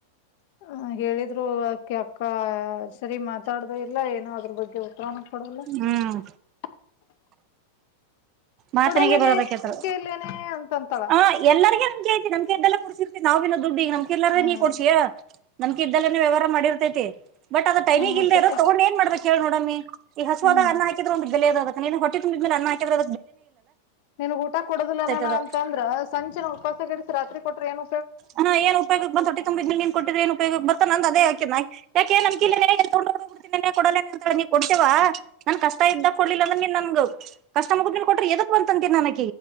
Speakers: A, on the left (about 50°); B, on the right (about 35°).
A: ಹ ಹೇಳಿದ್ರು ಆಕೆ ಅಕ್ಕ ಸರಿ ಮಾತಾಡುದು ಇಲ್ಲ ಏನೋ ಅದ್ರ ಬಗ್ಗೆ ಉತ್ತರನ್ನೂ ಕೊಡಲ್ಲ.
B: ಹ್ಮ್
A: <unintelligible>
B: ಮಾತನೆಗೆ
A: ಕೊಡಲ್ಲೇನೆ
B: ಬರೋದು ಆಕೆ ಹತ್ತಿರ
A: ನಮ್ಕೆ ಇಲ್ಲೇನೆ ಅಂತಂತಾಳ
B: ಆ ಎಲ್ಲರಿಗೂ ನಮ್ ಐತಿ ನಮ್ಕ ಎಲ್ಲಿ ಬೆಲೆ ಕೊಡ್ತಿ ನಾವಿನು ದುಡ್ಡಿ ಈಗ ನಮ್ಕಿ ಇಲ್ಲಾಂದ್ರೆ
A: ಹ್ಮ್
B: ನೀ ಕೊಡ್ಸಿಯಾ ನಮ್ಕಿ ಇದ್ದೇನೆ ವ್ಯವಹಾರ ಮಾಡಿರ್ತೈತಿ ಬಟ್ ಅದ ಟೈಮಿಗೆ
A: ಹ್ಮ ಮತ್ತಕ್ಕ
B: ಇದೆ ಇರೋದ್ ತಗೊಂಡ ಏನ್ ಮಾಡಬೇಕ್ ಹೇಳ್ ನೋಡಮ್ಮಿ ಈ ಹಸುವದಾಗ
A: ಹ್ಮ್
B: ಅನ್ನ ಹಾಕಿದ್ರೆ ಒಂದ್ ಬೆಲೆದ್ ನೀ ಹೊಟ್ಟೀ ತುಂಬಿದ್ಮೇಲೆ ಅನ್ನ‌ ಹಾಕಿದ್ರೆ
A: ನನ್ಗ್ ಊಟ ಕೊಡದಿಲ್ಲ ನಾನು
B: ಅದ
A: ಅಂತ ಅಂದ್ರೆ ಸಂಜೆತನ ಉಪವಾಸ ಕೆಡಸಿ ರಾತ್ರಿ ಕೊಟ್ರೆ ಏನು
B: ಹಾ ಏನ್ ಉಪಯೋಗ್ ಬಂತು ಹೊಟ್ಟೆ ತುಂಬಿದ್ದ್ ಮೇಲೆ ಕೊಟ್ಟಿದ ನೀನ್ ಉಪಯೋಗ ಬರ್ತದ ನನ್ದ್ ಅದೇ ಯಾಕೆ ನಂಬಿಕ್ ಇಲ್ಲೇ ಎತ್ತುಕೊಂಡು ಓಡೋಗಬಿಡ್ತೀನೆನೆ ಕೊಡಲ್ಲೆನೆ ಅಂತಳ್ ಅಮ್ಮೀ ಕೊಡ್ತೀವ ನನಗ್ ಕಷ್ಟ ಇದ್ದ ಕೊಡಲ್ಲಿಲ್ಲ ಅಮ್ಮೀ ನ್ ನನ್ಗೂ ಕಷ್ಟ ಮುಗದ್ ಮೇಲೆ ಕೊಟ್ಟರೆ ಎದಕ್ ಬಂರ್ತಂತಿ ನನಗೆ